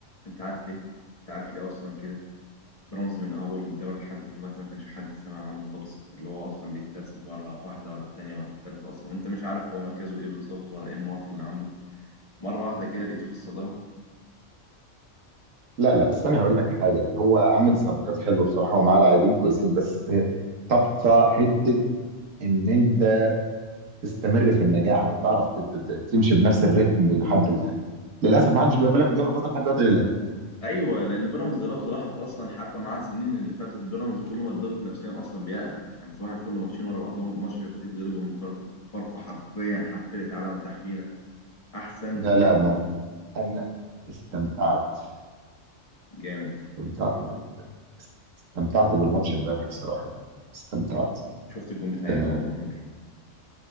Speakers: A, on the left; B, on the right.
A: انت عارف ليه انت عارف ليه اصلا كده بيراميدز من اول الدوري لحد دلوقتي ما كانش حد سمع عنه خالص اللي هو اصلا بيتسلسل ورا واحده ورا التانيه ورا التالته اصلا وانت مش عارف هو مركزه ايه بالظبط ولا ايه النقط اللي عنده مره واحده كده لقيته في الصداره
B: لا لا بس أنا هقول لك حاجة هو عامل صفقات حلوة بصراحة ومعاه لاعبين كويسين بس تبقى حتة إن أنت تستمر في النجاح أو تعرف تت- تت- تمشي بنفس الريتم لحد الآخر للاسف ما حدش بيعملها في الدوري المصري لحد دلوقتي غير الاهلي
A: ايوه لان بيراميدز لو تلاحظ اصلا حتى مع السنين اللي فاتت بيراميدز كل ما اتضغط نفسيا اصلا بيقع يعني صباح الفل ماتشين ورا بعضهم الماتش اللي فات يتغلب من فاركو فاركو حرفيا حفلت عليهم تحفيله احسن
B: لا لا ما انا استمتعت
A: جامد
B: استمتعت
A: آه.
B: بال... استمتعت بالماتش امبارح بصراحه يعني استمتعت
A: شفت الجون بتاعي
B: آه،
A: او مرمر